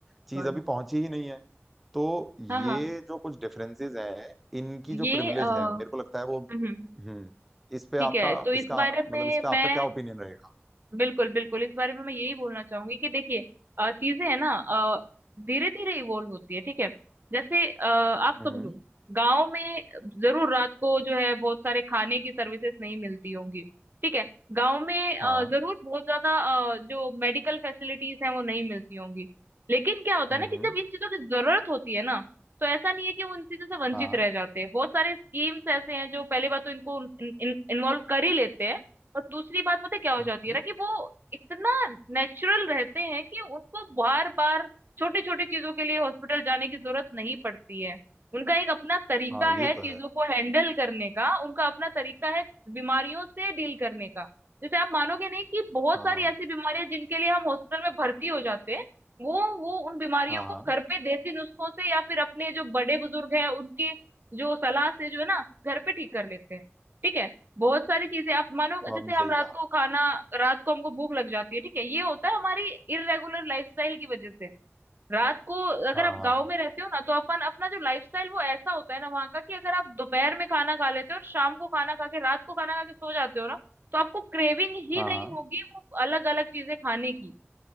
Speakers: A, in the centre; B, on the right.
A: चीज
B: बिल्कुल।
A: अभी पहुंची ही नहीं है तो ये
B: हाँ हाँ
A: जो कुछ डिफरेंसेस हैं इनकी जो
B: ये
A: प्रिविलेज
B: अ,
A: है मेरे को लगता है वो हम्म
B: हम्म
A: इस पे
B: ठीक
A: आपका
B: है तो इस
A: इसका
B: बारे
A: मतलब
B: में
A: इस पे आपका
B: मैं
A: क्या ओपिनियन रहेगा
B: बिल्कुल बिल्कुल इस बारे में मैं यही बोलना चाहूंगी कि देखिए अ, चीजें है ना धीरे धीरे इवोल्व होती है ठीक है जैसे अ, आप
A: हम्म
B: समझो गांव में जरूर रात को जो है बहुत सारे खाने की सर्विसेज नहीं मिलती होंगी ठीक है गांव में अ,
A: हाँ
B: जरूर बहुत ज्यादा अ, जो मेडिकल फैसिलिटीज हैं वो नहीं मिलती होंगी लेकिन क्या होता
A: हम्म
B: है ना कि
A: हम्म,
B: जब इन चीजों की जरूरत होती है ना तो ऐसा नहीं है कि वो इन चीजों से वंचित
A: हाँ
B: रह जाते हैं बहुत सारे स्कीम्स ऐसे हैं जो पहले बात तो इनको इन्वॉल्व कर ही लेते हैं और दूसरी बात पता है क्या हो
A: हम्म
B: जाती है
A: हम्म,
B: ना कि वो इतना नेचुरल रहते हैं कि उनको बार बार छोटी छोटी चीजों के लिए हॉस्पिटल जाने की जरूरत नहीं पड़ती है उनका एक अपना तरीका
A: हाँ ये
B: है चीजों
A: तो है
B: को हैंडल करने का उनका अपना तरीका है बीमारियों से डील करने का जैसे आप मानोगे नहीं कि बहुत
A: हाँ
B: सारी ऐसी बीमारियां जिनके लिए हम हॉस्पिटल में भर्ती हो जाते हैं वो वो उन बीमारियों
A: हाँ हाँ
B: को घर पे देसी नुस्खों से या फिर अपने जो बड़े बुजुर्ग हैं उनकी जो सलाह से जो है ना घर पे ठीक कर लेते हैं ठीक है बहुत सारी चीजें आप मानो
A: तो
B: जैसे
A: आपने
B: हम
A: सही
B: रात
A: कहा
B: को खाना रात को हमको भूख लग जाती है ठीक है ये होता है हमारी इरेगुलर लाइफस्टाइल की वजह से रात को अगर
A: हाँ
B: आप
A: हाँ
B: गांव
A: हाँ
B: में रहते हो ना तो अपन अपना जो लाइफस्टाइल वो ऐसा होता है ना वहाँ का कि अगर आप दोपहर में खाना खा लेते हो और शाम को खाना खा के रात को खाना खा के सो जाते हो ना तो आपको क्रेविंग ही
A: हाँ
B: नहीं
A: हाँ
B: होगी वो अलग अलग चीजें खाने की